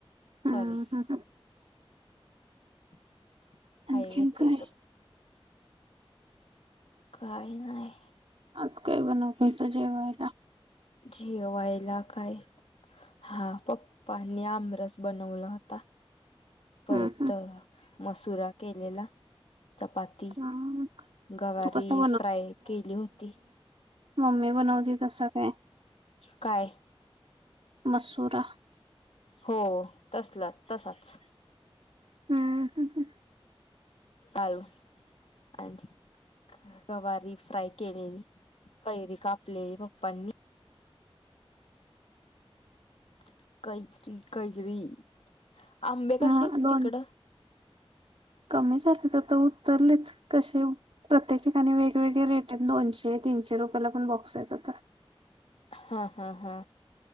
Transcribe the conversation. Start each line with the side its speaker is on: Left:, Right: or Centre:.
Right: हम्म
Left: सॉरी
Right: हम्म हम्म.
Left: <inaudible>
Right: आणखीन
Left: हायवेचं
Right: काय
Left: हाय तो काय नाय
Right: आज काय बनवताय जेवायला
Left: जेवायला काय हा पप्पांनी आमरस बनवला होता. परत
Right: हम्म हम्म
Left: अ म्हसुरा केलेला. चपाती
Right: हम्म.
Left: गवारी
Right: तू कसं
Left: फ्राय केली होती.
Right: ममी बनवती तस काय?
Left: काय
Right: मसुरा
Left: हो तसलाच तसाच.
Right: हम्म ह हं
Left: घालून आणि गवारी फ्राय केलेली कैरी कापलेली पप्पांनी <unintelligible> आंबे
Right: हम्म.
Left: कसे हाइत
Right: अ लोण
Left: तिकडं?
Right: कमी झालेत आता उतरलेत कसे प्रत्येक ठिकाणी वेगवेगळे रेट दोनशे तीनशे रुपयला पण बॉक्स हाइत आता.
Left: हं हा हा